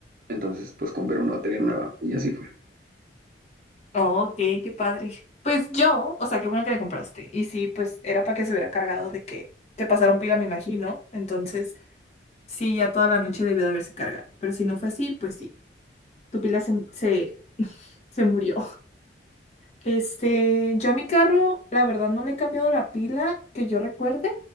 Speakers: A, on the right (about 50°); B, on the left (about 35°).
A: Entonces, pues, compré una batería nueva y así fue.
B: oh, ok, qué padre. Pues yo, o sea, qué bueno que le compraste. Y sí, pues era para que se hubiera cargado de que te pasaron pila, me imagino. Entonces, sí, ya toda la noche debió de haberse cargado. Pero si no fue así, pues sí, tu pila se, se, se murió. Este, yo a mi carro, la verdad, no le he cambiado la pila que yo recuerde.